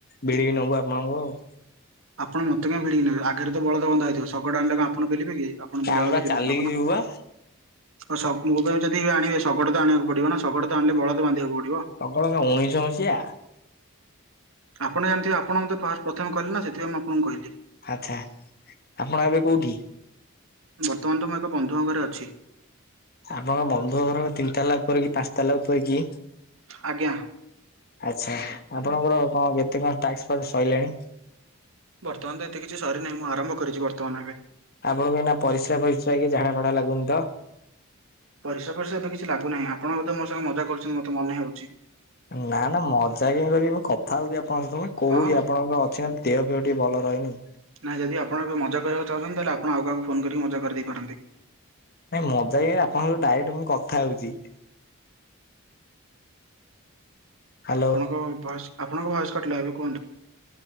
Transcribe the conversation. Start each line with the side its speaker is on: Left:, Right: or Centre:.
Left: ଭିଡ଼ିକି ନବୁ ଆପଣଙ୍କୁ ଆଉ।
Right: ଆପଣ ମତେ କାଇଁ ଭିଡିକି ନେବେ ଆଗରେ ତ ବଳଦ ବନ୍ଧା ହେଇଥିବ ଶଗଡ଼ <unintelligible> ଆପଣ ପେଲିବେ କି? ଆପଣ ତ
Left: ଆମେ
Right: ବଳଦ
Left: ବା
Right: ବିଲିକି
Left: ଚାଲିକି
Right: ନବ ନା।
Left: ଯିବୁ ବା
Right: <unintelligible> ଯଦି ଆଣିବେ ଶଗଡ଼ ତ ଆଣିବାକୁ ପଡିବ ନା ଶଗଡ଼ ତ ଆଣିଲେ ବଳଦ ବାନ୍ଧିବାକୁ ପଡିବ।
Left: <unintelligible> କଣ ଉଣେଇଶ ମସିହା?
Right: ଆପଣ ଜାଣିଥିବେ ଆପଣ ମତେ ଫାସ ପ୍ରଥମେ କହିଲେ ନା ସେଥିପାଇଁ ମୁଁ ଆପଣଙ୍କୁ କହିଲି।
Left: ଆଛା ଆପଣ ଏବେ କୋଉଠି?
Right: ବର୍ତ୍ତମାନ ତ ମୁଁ ଏକ ବନ୍ଧୁଙ୍କ ଘରେ ଅଛି।
Left: ଆପଣ ବନ୍ଧୁଙ୍କ ଘର କ ତିନିଟା ଉପରେ କି ପାସ୍ତାଲା ଉପରେ କି?
Right: ଆଜ୍ଞା
Left: ଆଚ୍ଛା ଆପଣଙ୍କର କଣ <unintelligible> ସଇଲାନି।
Right: ବର୍ତ୍ତମାନ ତ ଏତେ କିଛି ସରିନାହିଁ ମୁଁ ଆରମ୍ଭ କରିଛି ବର୍ତ୍ତମାନ ଏବେ।
Left: ଆପଣଙ୍କୁ ଏଇନା ପରିସା ଫରିସ୍ରା କି ଝାଡା ଫାଡ଼ା ଲାଗୁନି ତ?
Right: ପରିସ୍ରା ଫରିସ୍ରା ତ କିଛି ଲାଗୁ ନାହିଁ ଆପଣ ବୋଧେ ମୋ ସହ ମଜା କରୁଛି ମତେ ମନେ ହଉଛି।
Left: ନା ନା ମଜା କାଇଁ କରିବି ମୁଁ କଥା ହଉଛି ଆପଣଙ୍କ ସହିତ କହୁଛି
Right: ହଁ
Left: ଆପଣଙ୍କର ଅଛି ଦେହ ଫେହ ଟିକେ ଭଲ ରହେନି
Right: ନାଇଁ ଯଦି ଆପଣକ ମଜା କରିବାକୁ ଚାହୁଁଛନ୍ତି ତାହେଲେ ଆଉ କାହାକୁ ଫୋନ କରି ମଜା କରିଦେଇ ପାରନ୍ତି।
Left: ନାଇଁ ମଜା <unintelligible> ଆପଣଙ୍କ ସହ ଡାଇରେଟ ମୁଁ କଥା ହଉଛି। ହ୍ୟାଲୋ
Right: ଆପଣଙ୍କ ଭଏସ ଆପଣଙ୍କ ଭଏସ କଟିଲା ଏବେ କୁହନ୍ତୁ